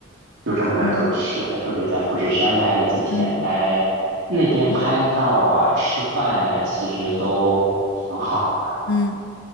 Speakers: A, on the right; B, on the left.
A: 就这么的就去了，
B: 嗯
A: 就是在富士山待了几天，
B: 嗯
A: 待那边拍照啊、
B: 嗯嗯嗯
A: 吃饭呀、其实都挺好的。
B: 嗯。